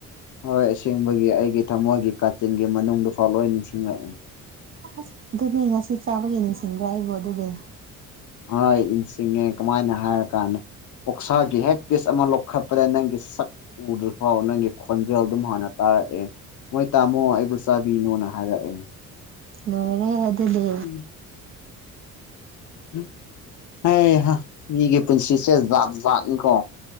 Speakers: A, on the left; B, on the right.
A: ꯍꯣꯏ ꯑꯁꯦꯡꯕꯒꯤ ꯑꯩꯒꯤ ꯊꯃꯣꯏꯒꯤ ꯀꯥꯆꯤꯟꯒꯤ ꯃꯅꯨꯡꯗꯗꯨꯐꯥꯎ ꯂꯣꯏ ꯅꯤꯡꯁꯤꯡꯂꯛꯑꯦ꯫
B: ꯑꯁ ꯑꯗꯨꯗꯤ ꯉꯁꯤ ꯆꯥꯕꯒꯤ ꯅꯤꯡꯁꯤꯡꯕ꯭ꯔꯥ ꯑꯩꯕꯣ ꯑꯗꯨꯗꯤ
A: ꯍꯣꯏ ꯅꯤꯡꯁꯤꯡꯉꯦ ꯀꯃꯥꯏꯅ ꯍꯥꯏꯔ ꯀꯥꯟꯗ ꯑꯣꯛꯁꯥꯒꯤ ꯍꯦꯛ ꯄꯤꯁ ꯑꯃ ꯂꯧꯈꯠꯄꯗ ꯅꯪꯒꯤ ꯁꯛ ꯎꯗ꯭ꯔꯐꯥꯎ ꯅꯪꯒꯤ ꯈꯣꯟꯖꯦꯜ ꯑꯗꯨꯝ ꯍꯥꯟꯅ ꯇꯥꯔꯛꯑꯦ ꯃꯣꯏ ꯇꯥꯃꯣ ꯑꯩꯕꯨ ꯆꯥꯕꯤꯅꯣꯅ ꯍꯥꯏꯔꯛꯑꯦ꯫
B: ꯂꯣꯏꯔꯦ ꯑꯗꯨꯗꯤ
A: ꯎꯝ ꯎ ꯍꯩꯍꯥ ꯃꯤꯒꯤ ꯄꯨꯟꯁꯤꯁꯦ ꯖꯥꯠ ꯖꯥꯠꯅꯤꯀꯣ